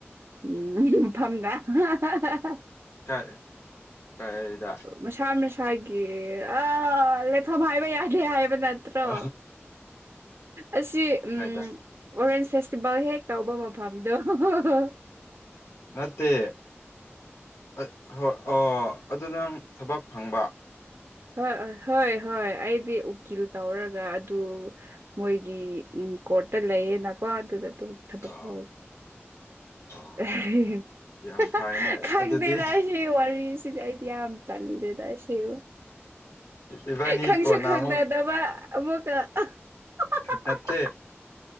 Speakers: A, on the right; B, on the left.
A: ꯎꯝ ꯅꯣꯏ ꯌꯨꯝꯐꯝꯗ ꯑꯍꯥꯍ
B: ꯀ ꯀꯩꯗ
A: ꯃꯁꯥ ꯃꯁꯥꯒꯤ ꯑꯥ ꯂꯩꯐꯝ ꯍꯥꯏꯕ ꯌꯥꯗꯦ ꯍꯥꯏꯕ ꯅꯠꯇ꯭ꯔꯣ
B: ꯑ
A: ꯑꯁꯤ ꯎꯝ
B: ꯍꯥꯏꯗ
A: ꯑꯣꯔꯦꯟꯁ ꯐꯦꯁꯇꯤꯚꯦꯜ ꯍꯦꯛ ꯇꯧꯕ ꯃꯐꯝꯗꯨ ꯑꯍꯍ
B: ꯅꯠꯇꯦ ꯑ ꯍꯣꯏ ꯑꯣ ꯑꯗꯨ ꯅꯪ ꯊꯕꯛ ꯐꯪꯕ
A: ꯍꯣꯏ ꯍꯣꯏ ꯍꯣꯏ ꯑꯩꯗꯤ ꯎꯀꯤꯜ ꯇꯧꯔꯒ ꯑꯗꯨ ꯃꯣꯏꯒꯤ ꯎꯝ ꯀꯣꯔꯠꯇ ꯂꯩꯌꯦꯅꯀꯣ ꯑꯗꯨꯗ ꯑꯗꯨꯝ ꯊꯕꯛꯇꯣ
B: ꯑ ꯑ
A: ꯑꯍꯦꯍ
B: ꯌꯥꯝ
A: ꯍꯍꯥ
B: ꯐꯩꯅꯦ
A: ꯈꯪꯗꯦꯗ
B: ꯑꯗꯨꯗꯤ
A: ꯑꯩ ꯁꯤ ꯋꯥꯔꯤꯁꯤꯗꯤ ꯑꯩꯗꯤ ꯌꯥꯝ ꯇꯜꯂꯤꯗ ꯁꯤꯕꯨ
B: ꯏꯕꯥꯅꯤ
A: ꯈꯪꯁꯨ
B: ꯀꯣꯟꯅ
A: ꯈꯪꯅꯗꯕ
B: ꯑꯃꯨꯛ
A: ꯑꯃꯨꯛꯀ ꯑꯍ
B: ꯅꯠꯇꯦ